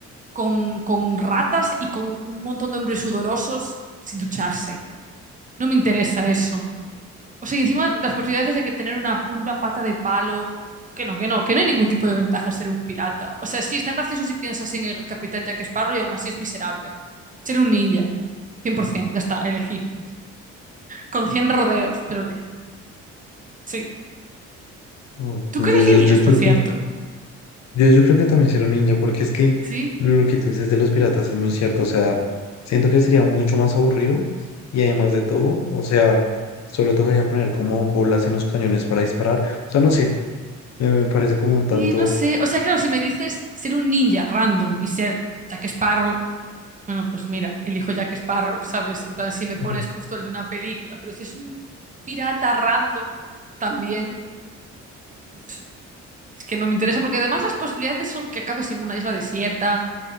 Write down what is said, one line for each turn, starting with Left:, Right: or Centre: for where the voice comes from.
Right: con, con ratas y con un montón de hombres sudorosos sin ducharse. No me interesa eso. O sea, y encima las posibilidades de que tener una, una pata de palo, que no, que no, que no hay ningún tipo de ventaja ser un pirata. O sea, sí, está gracioso si piensas en el capitán Jack Sparrow y aún así es miserable. Ser un ninja. 100%, ya está, elegí. Con 100 rodeos, pero elegí. Sí.
Left: Oh,
Right: ¿Tú
Left: pues
Right: qué elegirías,
Left: yo, yo- yo creo
Right: por cierto?
Left: que Yo, yo creo que también será un ninja, porque es que
Right: Sí.
Left: lo, lo que tú dices de los piratas es muy cierto. O sea, siento que sería mucho más aburrido y además de todo, o sea, solo tocaría poner como bolas en los cañones para disparar. O sea, no sé, me, me parece como un tanto.
Right: Y no sé, o sea, claro, si me dices ser un ninja random y ser Jack Sparrow, Bueno, pues mira, elijo Jack Sparrow, ¿sabes? En plan, si
Left: <laughs>
Right: me pones justo el de una película, pero si es un pirata random también, pues es que no me interesa, porque además las posibilidades son que acabes en una isla desierta,